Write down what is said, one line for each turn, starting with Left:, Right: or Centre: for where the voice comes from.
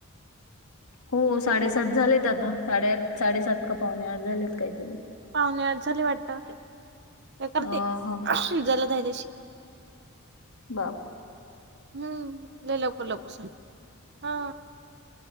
Left: हो साडेसात झालेत आता साडेआठ साडेसात का पाहुणे आठ झालेत काहीतरी.
Right: पाहणे आठ झाले वाटत हे करते
Left: अं, हो
Right: <unintelligible> झालंत तशी.
Left: बा.
Right: हम्म लय लवकर लवकर स हा